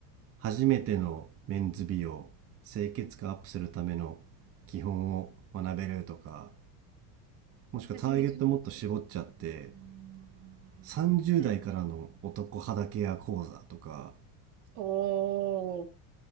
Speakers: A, on the right; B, on the right.
A: 初めてのメンズ美容清潔感アップするための基本を学べるとかもしくはターゲットもっと絞っちゃって
B: 初めての
A: 30代からの男肌ケア講座とか
B: うん。おー。